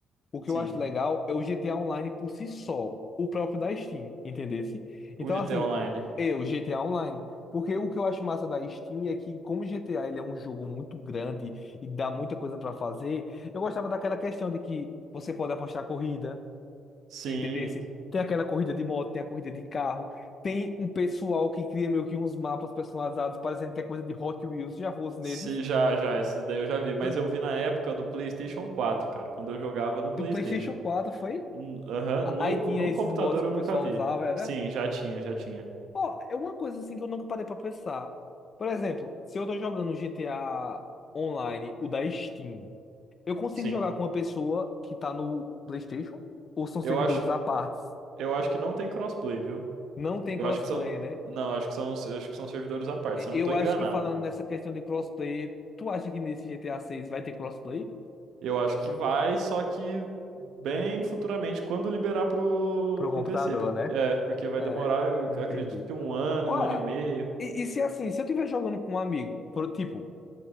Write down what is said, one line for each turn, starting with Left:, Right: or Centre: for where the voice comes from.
Left: O que
Right: Sim.
Left: eu acho legal é o GTA Online por si só, o próprio da Steam, entendesse? Então,
Right: O GTA
Left: assim,
Right: Online.
Left: eu, GTA Online. Porque o que eu acho massa da Steam é que, como o GTA ele é um jogo muito grande e dá muita coisa para fazer, eu gostava daquela questão de que você pode apostar corrida.
Right: Sim,
Left: Entendesse? Tem aquela corrida de moto, tem a corrida de carro, tem um pessoal que cria meio que uns mapas personalizados, parecendo que é coisa de Hot Wheels, já fosse
Right: Se,
Left: nesses.
Right: já, já, esses daí eu já vi, mas
Left: Do,
Right: eu vi na época do PlayStation quatro cara, quando eu jogava no
Left: do
Right: PlayStation.
Left: PlayStation 4, foi?
Right: N- Aham,
Left: A-
Right: no,
Left: Aí tinha
Right: no
Left: esses
Right: computador
Left: mods que
Right: eu
Left: o
Right: nunca
Left: pessoal
Right: vi.
Left: usava, era.
Right: Sim, já tinha, já tinha.
Left: Ó, é uma coisa assim que eu nunca parei pra pensar. Por exemplo, se eu tô jogando GTA Online, o da Steam, eu consigo
Right: Sim.
Left: jogar com uma pessoa que tá no PlayStation? Ou são servidores
Right: Eu acho,
Left: à parte?
Right: eu acho que não tem crossplay, viu?
Left: Não tem
Right: Eu
Left: crossplay,
Right: acho que são,
Left: né?
Right: não, acho que são, acho que são servidores à parte,
Left: Eu
Right: se eu não tô enganado.
Left: acho que falando nessa questão de crossplay, tu acha que nesse GTA 6 vai ter crossplay?
Right: Eu acho que vai, só que bem futuramente, quando liberar pro,
Left: Pro
Right: pro
Left: computador,
Right: PC.
Left: né?
Right: É, porque vai
Left: É,
Right: demorar, eu
Left: entendi.
Right: acredito que um ano,
Left: Olha,
Right: um ano e meio.
Left: e, e se assim, se eu estiver jogando com um amigo, por, tipo,